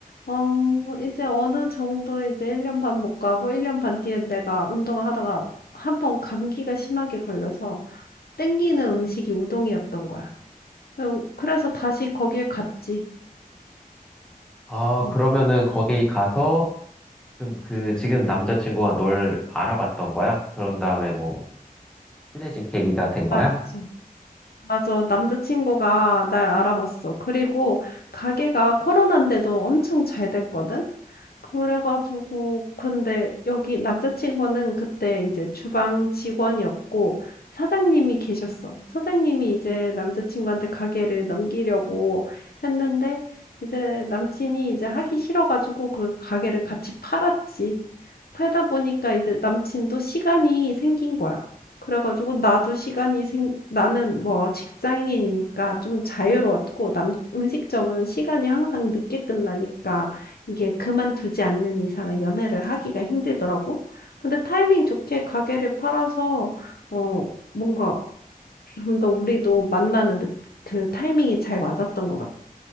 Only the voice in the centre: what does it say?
아,
그러면은 거기 가서 그, 그 지금 남자친구가 널 알아봤던 거야? 그런 다음에 뭐 친해진 계기가 된 거야?